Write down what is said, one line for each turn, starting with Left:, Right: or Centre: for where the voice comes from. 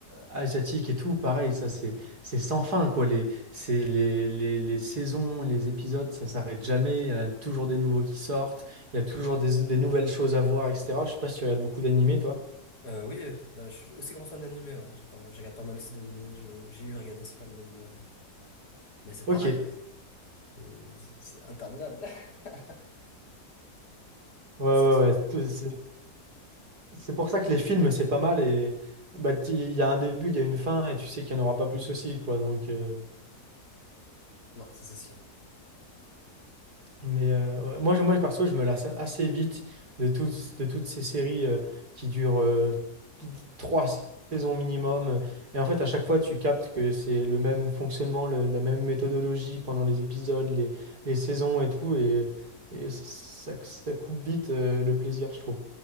Right: asiatiques et tout, pareil, ça c'est c'est sans fin, quoi. Les, c'est les, les, les saisons, les épisodes, ça s'arrête jamais, il y en a toujours des nouveaux qui sortent, il y a toujours des, des nouvelles choses à voir, etc. Je sais pas si tu regardes beaucoup d'animés, toi.
Left: Euh, oui, bah, je suis aussi grand fan d'animé, ouais. J'ai pas mal- je regarde pas mal aussi d'animé. J'ai j'ai eu regardé aussi pas mal d'animé. Mais c'est
Right: Ok,
Left: pareil,
Right: ouais,
Left: ouais. Euh, C'est c'est interminable. <laughs>
Right: ouais,
Left: Surtout,
Right: ouais. Tout- C'est c'est pour ça que les films, c'est pas mal et bah, t- il y a un début, il y a une fin et tu sais qu'il n'y en aura pas plus aussi, quoi. Donc. euh,
Left: non, ça c'est sûr.
Right: Mais euh, ouais, moi, je- moi, perso, je me lasse assez vite de, toutes de toutes ces séries euh, qui durent euh, t- t- trois saisons minimum. Et en fait, à chaque fois, tu captes que c'est le même fonctionnement, le- la même méthodologie pendant les épisodes, les, les saisons et tout. Et, et ça, ça coupe vite euh, le plaisir, je trouve.